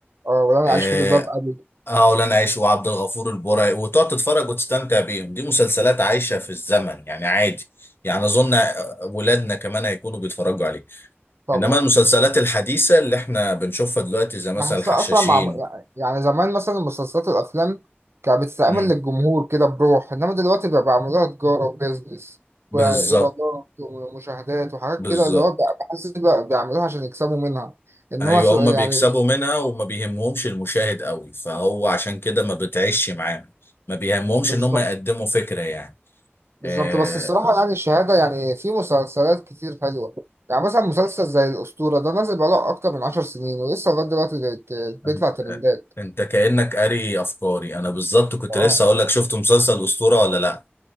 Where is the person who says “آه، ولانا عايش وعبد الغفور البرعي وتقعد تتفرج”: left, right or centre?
Left